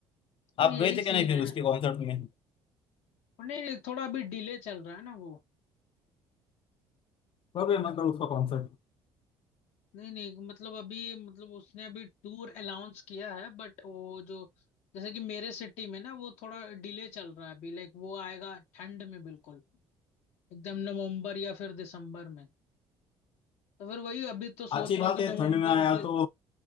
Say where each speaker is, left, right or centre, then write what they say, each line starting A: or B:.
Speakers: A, on the left (about 75°); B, on the left (about 50°).
A: अब
B: आप
A: यही
B: गए थे क्या
A: सीन
B: नहीं फिर
A: है
B: उसके कॉन्सर्ट में
A: नहीं नहीं थोड़ा अभी डिले चल रहा है ना वो
B: और भी मतलब उसका कॉन्सर्ट
A: नहीं नहीं मतलब अभी मतलब उसने अभी टूर अनाउंस किया है बट वो जो जैसे कि मेरे सिटी में ना वो थोड़ा डिले चल रहा है अभी लाइक वो आएगा ठंड में बिल्कुल एकदम नवंबर या फिर दिसंबर में तो फिर वही अभी तो सोच
B: अच्छी
A: रहा
B: बात
A: हूँ कि नवंबर
B: है ठंड में आया
A: दि...
B: तो